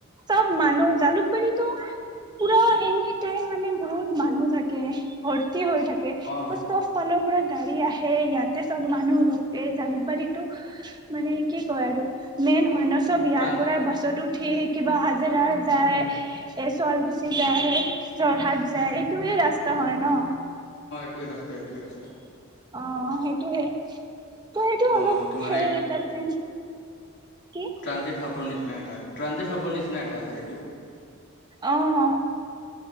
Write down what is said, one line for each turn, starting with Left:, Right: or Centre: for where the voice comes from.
Right: চব মানুহ জালুকবাৰীতো পুৰা এনি টাইম মানে বহুত মানুহ থাকে ভৰ তি হৈ থাকে। ত'
Left: অ
Right: চব ফালৰ পৰা গাড়ী আহে এ ইয়াত। ইয়াতে চব মানুহ ৰখে জালুকবাৰীটো মানে কি কয় আৰু মেইন হয় ন' চব ইয়াৰ
Left: ট্ৰান
Right: পৰাই বাছত উঠি কিবা হাজাৰা যায়, এ চোৱালকুছি যায়, যোৰহাট যায় এইটোৱে ৰাস্তা হয় ন'।
Left: এইটোৱেই ৰাস্তা এইটোৱেই ৰাস্তা।
Right: অ সেইটো হে ত' সেইটো
Left: অ
Right: অলপ
Left: তোমাৰ
Right: সেই
Left: এই
Right: তাতে কি
Left: ট্ৰানজিট হ সাপৰ নিচিনা এটা আছে, ট্ৰানজিট সাপৰ নিচিনা আছে এইটো।
Right: অ'।